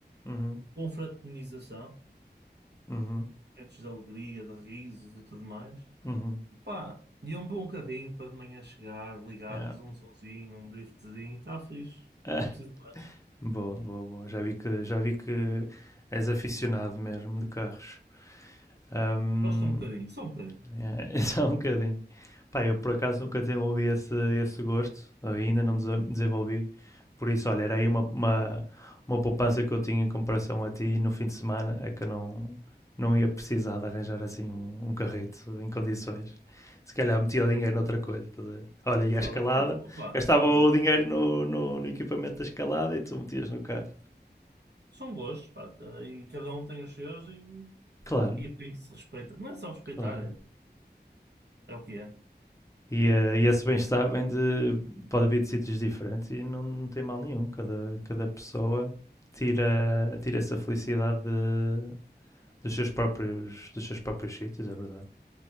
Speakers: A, on the left; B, on the right.
A: Uhum.
B: confraternização,
A: Uhum.
B: momentos de alegria, de risos e tudo mais.
A: Uhum.
B: Pá, e um bom carrinho para de manhã chegar, ligar,
A: Yeah.
B: fazer
A: <laughs>
B: um sonzinho, um driftzinho, está fixe,
A: Ah,
B: não preciso de mais.
A: boa, boa, boa. Já vi que, já vi que és aficionado mesmo de carros. Ahm,
B: Gosto um bocadinho, só um bocadinho.
A: é, <laughs> é só um bocadinho. Pá, eu por acaso nunca desenvolvi esse, esse gosto, ainda não desenvolvi. Por isso, olha, era aí uma, uma, uma poupança que eu tinha em comparação a ti no fim de semana, é que eu não, não ia precisar de arranjar assim um, um carrito em condições. Se calhar metia o dinheiro noutra coisa. estás a ver? Olha, e a
B: Pronto,
A: escalada,
B: opá,
A: gastava
B: são
A: o
B: gostos,
A: dinheiro no, no, no equipamento da escalada e tu metias no carro.
B: são gostos, pá, tá, e cada um tem os seus e,
A: Claro,
B: e tem que se respeitar. Não é só respeitar,
A: claro.
B: é, é o que é.
A: E, eh, e esse bem-estar vem de, pode vir de sítios diferentes e não, não tem mal nenhum. Cada, cada pessoa tira, tira essa felicidade de- dos, seus próprios, dos seus próprios sítios, é verdade.